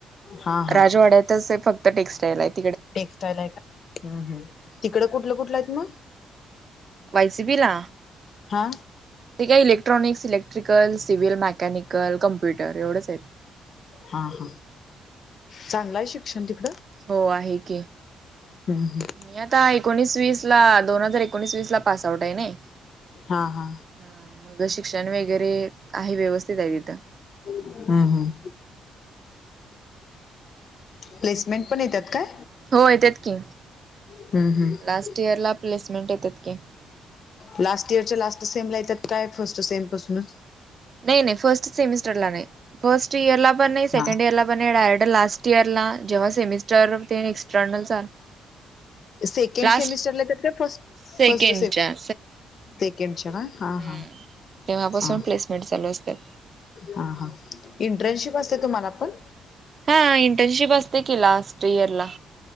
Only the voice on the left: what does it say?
हा हा
टेक्स्टाईल आहे का. हम्म, हम्म तिकडं कुठलं, कुठलं आहेत मग?
हा
हा, हा चांगलं हाय शिक्षण तिकडं?
हम्म हम्म
हा हा
हम्म, हम्म. प्लेसमेंट पण येत्यात काय?
हम्म हम्म
लास्ट इयरच्या लास्ट सेमला येत्यात काय, फर्स्ट सेम पासूनच?
हा
सेकेण्ड
सेमिस्टरला त्यात काय फस्ट,
फस्ट सेकेण्डच्या हा.
हा
हा
हा, हा इंटर्नशिप असते तुम्हाला पण?